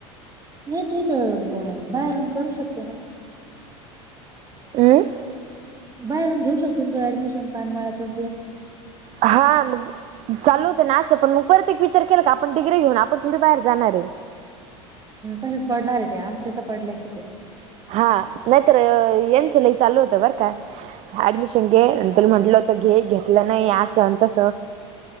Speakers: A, on the right; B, on the right.
A: नाही तु इथ बाहेरून करू शकते ना.
B: अम्म
A: बाहेरून घेऊ शकतो ना तु ऍडमिशन. पानमळ्यात अन तेन.
B: हा म चालु होत ना अस पण. मग परत एक विचार केला की आपण डिग्री घेऊन आपण थोडी बाहेर जाणार आहे.
A: तसेच पडणार आहे ते. आमच्या तर पडल्या शिकून.
B: हा, नाहीतर यांच ल‌ई चालू होत बर का. ऍडमिशन घे. तुला म्हटल होत घे. घेतल नाही. अस अन तस.